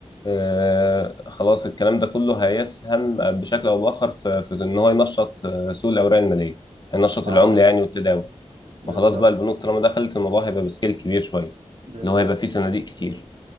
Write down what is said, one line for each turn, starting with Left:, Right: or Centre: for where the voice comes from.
Left: آه، خلاص الكلام ده كله هيسهم بشكل او باخر في, في ان هو ينشط آه، سوق الاوراق الماليه هينشط
Right: اه
Left: العمله يعني والتداول
Right: بالظبط
Left: ما خلاص بقى البنوك طالما دخلت الموضوع هيبقى بسكيل كبير شويه
Right: بالظبط
Left: اللي هو هيبقى فيه صناديق كتير